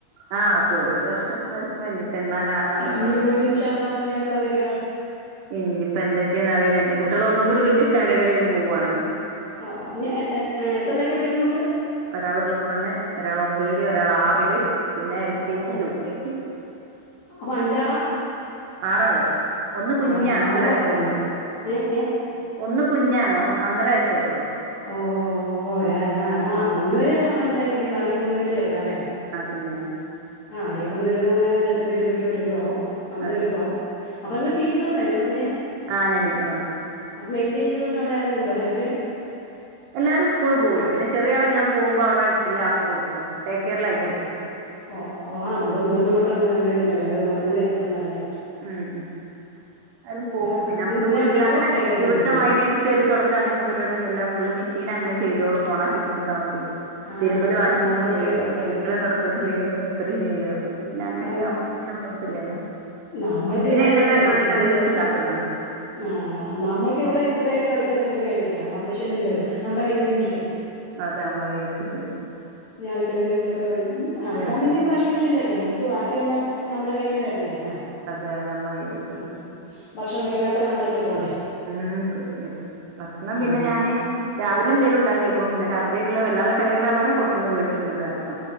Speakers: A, on the right (about 75°); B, on the left (about 60°).
A: ആഹ് പോകുമ്പോ ഒരു വർഷം വഷം വഞ്ഞപ്പൊ എന്നാ കാണന്നൊക്കെ
B: ആഹ് ഇഞ്ഞി
A: ഓത്തൊക്കാണ്
B: പോയിട്ട് ഇൻഷാ അള്ളാ ഇഞ്ഞി എപ്പളാ വരാ
A: ഇനിപ്പോ എന്തൊക്കെയാന്ന് അറിയില്ല ഇനി കുട്ടികള ഒന്നും കൂടി വല്യ സ്റ്റാൻഡേർഡിലേട്ട് പോവയാണ്
B: ഓ ഓ എത്രല്ല ഒക്കെ പിഠടിക്കണ മക്കള്
A: ഒരാള് പ്ലസ് വണ് ഒരാൾ ഒമ്പല് ഒരാൾ ആറില് പിന്നെ എൽ
B: ഓ
A: കെ
B: ഓ
A: ജി യു കെ ജി
B: അപ്പൊ അഞ്ചാളാ
A: ആറൾ ഒന്ന് കുഞ്ഞ
B: ആറാളാ
A: ഒര
B: ആറ്
A: വയസആയിട്ടുള്ളു
B: മക്കളാണോ ഏഹ് ഏഹ്
A: കുഞ്ഞണോ അന്നര വയസ്സ ആായിട്ടുള്ളൂ
B: ഓ ഓ ഓ ആഹ് മൂന്ന് പേരെ സായിന്റെ ബാക്കി മൂന്നു പേ ചേർതല്ലേ
A: ആ കുഞ്ഞാണ്
B: ആ അവരെയൊക്കെ ഒന്ന് ഒരുവിധം മൂന എടുത്ത വരുമ്പോഴേക്കും ഒരുവിധം ആവും നമ്മളൊ
A: അതെ
B: ഒരു വിധമാകവും അപ്പൊ നിങ്ങ ടീച്ചറ ആന്നല്ലേ പറഞ്ഞേ
A: ആ ഞാൻ ടീച്ചറാണ്
B: അപ്പൊ മെയിന്റ്റെയിൻ ചെയ്തൊണ്ട് അവിടെ ആരെങ്കിലും ഉണ്ടോ ഹെൽപ്പിന്
A: എല്ലാരും സ്കൂള് പോകൂല പിന്നെ ചെറിയ ആളെ ഞാൻ പോകുമ്പോ അവിടെ ഇല ആക്കി കൊടുക്കും ടേക്ക് കെയറിലാക്കി
B: ഓ
A: കൊടുക്കും
B: ഓ ഓ ആ മുതി മുതിർന്ന മക്കള മു രണ്ടു പേരുണ്ടല്ലോ അവര അവരും കൂടി ഹെൽപ്പ് ഉണ്ടല്ലോല്ലേ
A: മ് മ് ആരും പോവും
B: ആ
A: പിന്നെ
B: ഇനി
A: നമുക്ക് വീട്ടിൽ
B: വരുമ്പോ
A: അങ്ങനെ
B: ടേക്കറിന്ന്
A: ഇവിടുത്തെ
B: എടുത്തിട്ട് വരും
A: മൈരി അടിച്ചു വരി തുടക്കം അങ്ങനത്തെ പരിപാടിൊന്നും ഇല്ല ഫുള് മിഷീ. ന ങ്ങനെ ചെയ്തോള ഓണാക്കിട്ടോടുതൽ മതീന്ന്.
B: ആ
A: തിരുമ്പല് വാഷിങ് മിഷീൻ
B: ഓക്കെ
A: ചെയ്യും
B: ഓക്കെ
A: അടിക്കലും
B: ഓക്കെ
A: തൊടക്കലും ക്ലീസ്നിങ്ങും മൂപര് ചെയ്യും അതൊക്ക പിന്നെ അങ്ങനെ
B: ആ
A: ഒക്കെ ആവുമ്പോൾ വല്ലാ ബുദ്ധിമുട്ടില്ലല്ലോ.
B: നമ്മൾക്ക്
A: മെയിനായിട്ടുള്ള
B: ഇവിടെയല്ലേ
A: ജോലി
B: അടിക്കലും
A: എന്ന് പറയുന്നത് വെച്ചുണ്ടാക്കലാണ്
B: തുടക്കലും. ആ നമ്മൾക്ക് ഇവിടെ എത്രയായിട്ടും അടി - നട കഴിട്ടില്ല ആ മിഷ്യമില്ലല്ലോ മ്മടെ കയ്യന്നെ മിഷ്യൻ.
A: അതെ ഞമ്മളെ കയ്യന്നെ മെഷീൻ.
B: അലക്കലും തിരുമ്പാലും ഓക്കേ അലക്കാൻ
A: ഉം
B: പിന്നിം വാഷിങ് മെഷീൻ ഉപയോഗിക്കാം നമുക്ക്. ബാക്കിയെല്ലാം നമ്മുടെ കയ്യന്നെ വരണ്ടേ എല്ലാം.
A: അതെ അതെ അമ്മ വീണ് പറഞ്ഞ്
B: ഉം ഭക്ഷണം വെക്കാനൊക്കെ നമ്മള് അടുക്കളേൽ പോവണ്ടേ
A: മഹ്മ്മ് തീർച്ചയായിട്ടും, ഭക്ഷണം
B: അതെല്ലേ
A: പിന്നെ ഞാന് രാവിലെന്തേലും ഇണ്ടാക്കിവെക്കും, പിന്നെ രാത്രിക്കെക്കുള്ളെ വല്ലാതെ ഡയേഡാവാണെ പുറത്തിന്ന് മേടിച്ചിങ്ങട്ട് വരലാ